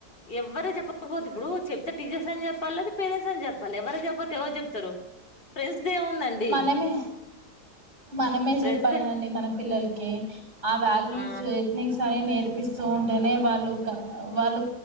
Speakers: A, on the left; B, on the right.
A: ఎవ్వరూ చెప్పకపోతే ఇప్పుడు చెప్తే టీచర్స్ అని చెప్పాలి లేదా పేరెంట్స్ అని చెప్పాలి ఎవర చెప్పపోతే ఎవరు చెప్తారు. ఫ్రెండ్స్ దే ఉందండి
B: మనమే మనమే
A: ఫ్రెండ్స్
B: చెప్పాల్నండి.
A: దే
B: మన పిల్లలక్ కే ఆ వాల్యూస్
A: ఆ
B: ఎథనిక్స్ అని నేర్పిస్ సో ఉంటేనే వాళ్ళు క వాళ్ళు